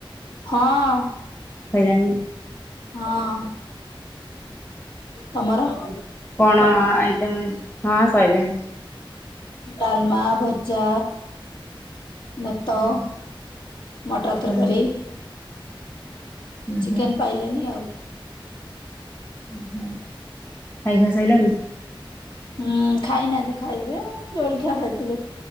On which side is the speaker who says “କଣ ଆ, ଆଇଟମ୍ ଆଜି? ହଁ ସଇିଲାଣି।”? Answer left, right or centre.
Left